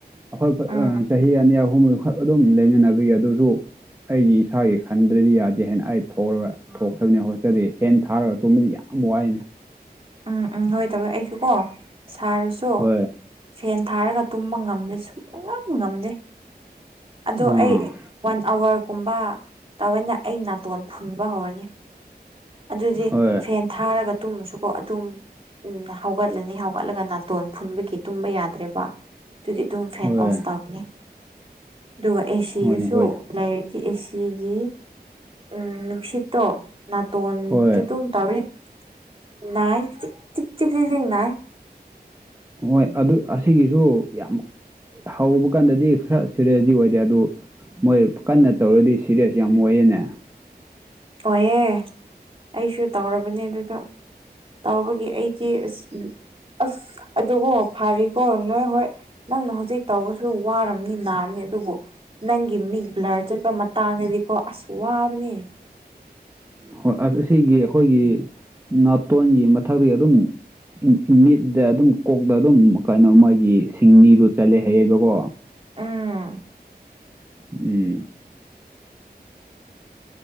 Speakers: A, on the right; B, on the right.
A: ꯑꯩꯈꯣꯏ
B: ꯎꯝ
A: ꯆꯍꯤ ꯑꯅꯤ ꯑꯍꯨꯝꯈꯛ ꯑꯗꯨꯝ ꯂꯩꯃꯤꯟꯅꯕꯒꯤ ꯑꯗꯨꯁꯨ ꯑꯩꯒꯤ ꯏꯁꯥꯒꯤ ꯈꯟꯗ꯭ꯔꯗꯤ ꯌꯥꯗꯦ ꯍꯥꯏꯅ ꯑꯩ ꯊꯣꯛꯂꯒ ꯊꯣꯛꯈ꯭ꯔꯕꯅꯤ ꯍꯣꯠꯆꯗ ꯁꯦꯟ ꯊꯥꯔꯒ ꯇꯨꯝꯕꯗꯤ ꯌꯥꯝ ꯋꯥꯏꯅꯦ
B: ꯎꯝ ꯎꯝ ꯍꯣꯏ ꯇꯃꯦ ꯑꯩꯁꯨꯀꯣ ꯁꯥꯔꯁꯨ
A: ꯍꯣꯏ
B: ꯐꯦꯟ ꯊꯥꯔꯒ ꯇꯨꯝꯕ ꯉꯝꯗꯦ ꯁꯨꯡ ꯌꯥꯝ ꯉꯝꯗꯦ ꯑꯗꯣ
A: ꯑꯥ
B: ꯑꯩ ꯋꯥꯟ ꯑꯋꯥꯔꯒꯨꯝꯕ ꯇꯧꯋꯦꯅ ꯑꯩ ꯅꯥꯇꯣꯟ ꯐꯨꯟꯕ ꯍꯧꯔꯅꯤ ꯑꯗꯨꯗꯤ
A: ꯍꯣꯏ
B: ꯐꯦꯟ ꯊꯥꯔꯒ ꯇꯨꯝꯃꯁꯨꯀꯣ ꯑꯗꯨꯝ ꯎꯝ ꯍꯧꯒꯠꯂꯅꯤ ꯍꯧꯒꯠꯂꯒ ꯅꯥꯇꯣꯟ ꯐꯨꯟꯕꯒꯤ ꯇꯨꯝꯕ ꯌꯥꯗ꯭ꯔꯦꯕ ꯑꯗꯨꯗꯤ ꯑꯗꯨꯝ ꯐꯦꯟ
A: ꯍꯣꯏ
B: ꯑꯣꯐ ꯇꯧ ꯑꯗꯨꯒ ꯑꯦꯁꯤꯗꯁꯨ
A: ꯍꯣꯏꯅꯦ ꯍꯣꯏꯅꯦ
B: ꯂꯩꯔꯤꯗꯤ ꯑꯦꯁꯤꯒꯤ ꯎ ꯅꯨꯡꯁꯤꯠꯇꯣ ꯅꯥꯇꯣꯟꯗ
A: ꯍꯣꯏ
B: ꯑꯗꯨꯝ ꯇꯥꯎꯔꯤ ꯎꯝ ꯅꯥꯏ ꯆꯤꯛ ꯆꯤꯛ ꯆꯤꯛ ꯆꯤꯛ ꯅꯥꯢ
A: ꯍꯣꯏ ꯑꯗꯨ ꯑꯁꯤꯒꯤꯁꯨ ꯌꯥꯝ ꯍꯧꯕ ꯀꯥꯟꯗꯗꯤ ꯈꯔ ꯁꯤꯔꯦꯁꯗꯤ ꯑꯣꯏꯗꯦ ꯑꯗꯨ ꯃꯣꯏ ꯀꯟꯅ ꯇꯧꯔꯗꯤ ꯁꯤꯔꯌꯁ ꯌꯥꯝ ꯑꯣꯏꯌꯦꯅꯦ
B: ꯑꯣꯏꯍꯦ ꯑꯩꯁꯨ ꯇꯧꯔꯕꯅꯦ ꯑꯗꯨꯗ ꯇꯧꯕꯒꯤ ꯑꯩ ꯁꯤ ꯑꯁ ꯑꯁ ꯑꯗꯨꯣ ꯐꯥꯔꯦꯀꯣ ꯅꯣꯏ ꯍꯣꯏ ꯅꯪꯅ ꯍꯧꯖꯤꯛ ꯇꯧꯕ ꯁ ꯋꯥꯔꯝꯅꯤ ꯅꯥꯔꯝꯅꯤ ꯑꯗꯨꯕꯨ ꯅꯪꯒꯤ ꯃꯤꯛ ꯕ꯭ꯂꯔꯠ ꯃꯇꯥꯡꯗꯗꯤꯀꯣ ꯑꯁꯨ ꯋꯥꯕꯅꯤ
A: ꯍꯣꯏ ꯑꯁꯤꯒꯤ ꯑꯩꯈꯣꯏꯒꯤ ꯅꯥꯇꯣꯟꯒꯤ ꯃꯊꯛꯇꯒꯤ ꯑꯗꯨꯝ ꯃꯤꯠꯇ ꯑꯗꯨꯝ ꯀꯣꯛꯇ ꯑꯗꯨꯝ ꯀꯩꯅꯣ ꯃꯥꯒꯤ ꯁꯤꯡꯅꯤꯗꯣ ꯆꯠꯂꯦ ꯍꯥꯏꯌꯦꯕꯀꯣ
B: ꯑꯥ
A: ꯎꯝ